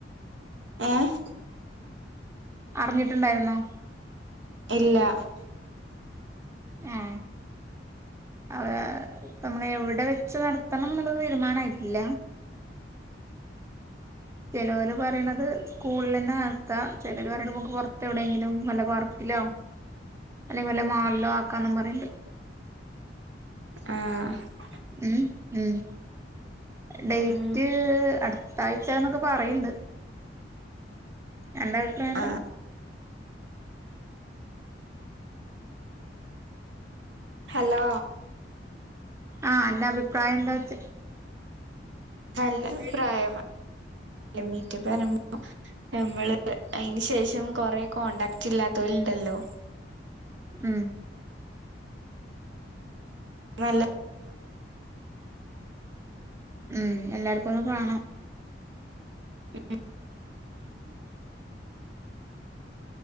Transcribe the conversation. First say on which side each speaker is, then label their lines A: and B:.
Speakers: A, on the right; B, on the right.
A: ഏഹ്
B: അറിഞ്ട്ട്ണ്ടായിരുന്നോ
A: ഇല്ല
B: ഹോം അത് പ്പൊ നമ്മള് എവടെ വെച്ച് നടത്തണന്ന്ള്ളത് തീരുമാനായിട്ടില്ല. ചെലോല് പറിണത് സ്കൂളിലെന്നെ നടത്താ ചെലര് പറിണ് ണ്ട് നമ്മക്ക് പൊർത്ത് എവിടെങ്കിലും വല്ല പാർക്കിലോ അല്ലെങ്കി വല്ല മാളിലോ ആക്കാന്നും പറിണ്ട്
A: ആഹ്
B: ഉം ഉം ഡേയ്റ്റ്
A: ഉം
B: അട് താഴ്ച്ചാന്നൊക്കെ പറിണ്ട് അന്റെ അഭിപ്രായന്താ?
A: ആ ഹലോ
B: ആഹ് അന്റെ അഭിപ്രായന്താ ഒയ്ച്ച
A: നല്ല അഭിപ്രായം മീറ്റപ് അറിമ്പോ നമ്മള് അയിന്റെ ശേഷം കൊറെ കോൺടാക്ട് ഇല്ലാത്തോല്ണ്ടല്ലോ
B: ഉം
A: നല്ല
B: ഉം എല്ലാർക്കും ഒന്ന് കാണാ
A: ഉം
B: <inaudible>